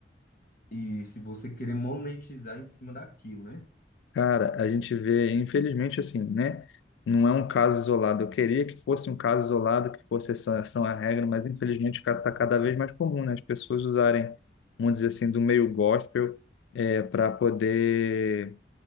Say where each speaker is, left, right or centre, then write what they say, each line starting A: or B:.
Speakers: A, on the left; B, on the left.
A: e se você querer monetizar em cima daquilo, né?
B: Cara, a gente vê, infelizmente, assim, né? Não é um caso isolado. Eu queria que fosse um caso isolado, que fosse essa, essa a regra, mas infelizmente está cada vez mais comum, né? As pessoas usarem, vamos dizer assim, do meio gospel para poder